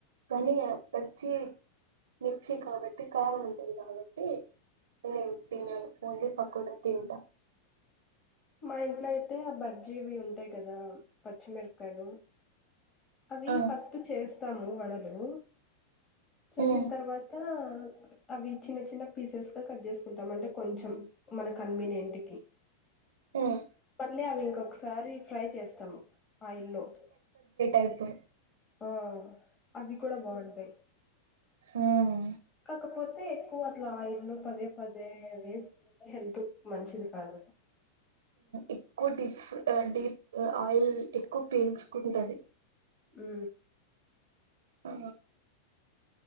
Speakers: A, on the right (about 65°); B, on the left (about 25°).
A: కానీ బజ్జి మిర్చి కాబట్టి కారం ఉంటది. కాబట్టి నేను తినను ఓన్లీ పకోడ తింట
B: మా ఇంట్లో అయితే ఆ బజ్జీవి ఉంటాయి. కదా పచ్చిమిరపకాయలు అవి
A: ఆ,
B: ఫస్ట్ చేస్తాము వడలూ చేసిన్
A: ఉమ్,
B: తర్వాతా అవి చిన్న చిన్న పీసెస్ గ కట్ చేసుకుంటాం. అంటె కొంచం మన కన్వీనియెంట్ కీ
A: ఉమ్.
B: పార్లే ఆవి ఇంకొకసారి ట్రై చేస్తం అయిల్లో
A: అయిపో
B: ఆ అవి కూడా బాగుంటాయి
A: హ్మ్
B: కాకపోతే ప్పు అట్లా ఆయిల్ లో పదే పదే వేస్ తింటే హెల్త్ కు మంచిది కాదు
A: ఎక్కువ డీప్ డీప్ ఆయిల్ ఎక్కువ పీల్చుకుంటది
B: ఉ
A: ఆ